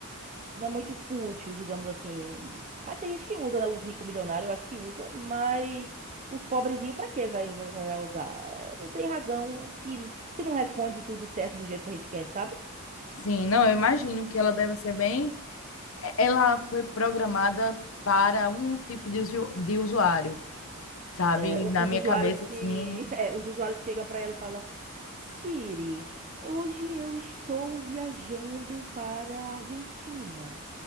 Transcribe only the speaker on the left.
Sim, não, eu imagino que ela deve ser bem. e- Ela foi programada para um tipo de, usu- de usuário, sabe?
Na
minha
cabeça,
assim,